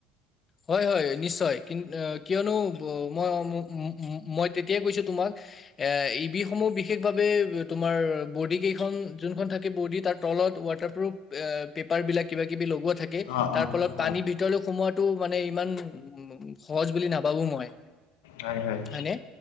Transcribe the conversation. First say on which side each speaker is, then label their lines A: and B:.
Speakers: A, on the left; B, on the left.
A: হয়-হয় নিশ্চয়, কিন আ কিয়নো ব মই ম উম উম উম মই তেতিয়াই কৈছো তোমাক এই ই বিসমূহ বিশেষভাৱে তোমাৰ বডি কেইখন যোনখন থাকে বডি তাত তলত ৱাটাৰপ্ৰুফ এ আ পেপাৰবিলাক কিবা কিবি লগোৱা থাকে
B: অঁ অঁ
A: তাৰ ফলত
B: হয়
A: পানী ভিতৰলৈ সোমোৱাটো মানে ইমান উ সহজ বুলি নাভাবো মই,
B: হয় হয়
A: হয়নে